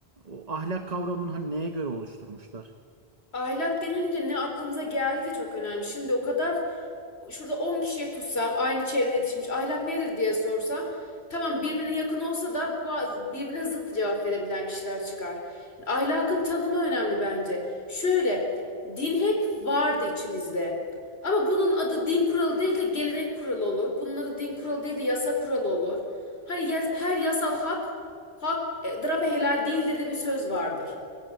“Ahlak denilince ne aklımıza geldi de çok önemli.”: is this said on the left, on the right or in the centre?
Left